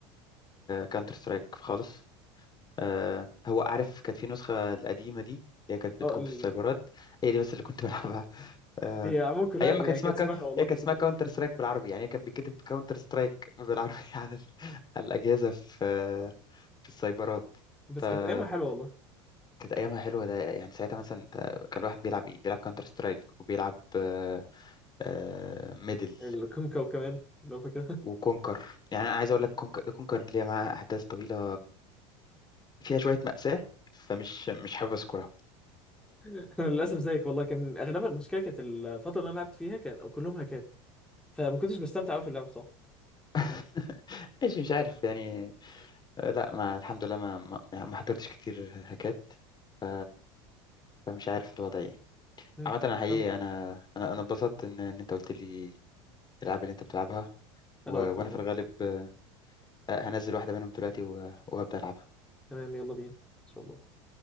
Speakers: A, on the left; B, in the centre.
A: كانتر سترايك خالص آه هو عارف كانت في نسخه القديمه دي اللي هي كانت بتكون
B: اه ال...
A: في السايبرات هي دي بس اللي كنت <laughs> بلعبها آه
B: هي عموما كلها
A: ايام ما
B: يعني
A: كانت اسمها
B: كانت
A: كا...
B: شبهها والله
A: هي كانت
B: صدق
A: اسمها كاونتر سترايك بالعربي يعني هي كانت بتكتب كاونتر سترايك بالعربي <laughs> على ال... على الاجهزه في في السايبرات
B: بس
A: فكانت
B: كانت ايامها حلوه والله
A: ايامها حلوه ده يعني ساعتها مثلا انت- كان الواحد بيلعب ايه بيلعب كاونتر سترايك وبيلعب آه، آه، ميدل
B: الكونكو كمان لو فاكرها
A: وكونكر يعني انا عايز اقول لك كونكر كونكر ليها معاها احداث طويله فيها شويه مأساة فمش مش حابب اذكرها
B: أنا <laughs> للاسف زيك والله كان اغلبها المشكله كانت الفتره اللي انا لعبت فيها كان كلهم هاكات فما كنتش بستمتع قوي في اللعب بصراحه
A: <laughs> ماشي مش عارف يعني آه، لا ما الحمد لله ما ما, يعني ما حضرتش كتير هكات ف... فمش عارف الوضع ايه
B: مم.
A: عامة انا حقيقي
B: تمام.
A: انا انا انا اتبسطت ان ان انت قلت لي الالعاب اللي انت بتلعبها و...
B: انا اكتر
A: وانا
B: والله
A: في الغالب آه، هنزل واحدة منهم دلوقتي و... وهبدأ العبها
B: تمام يلا بينا ان شاء الله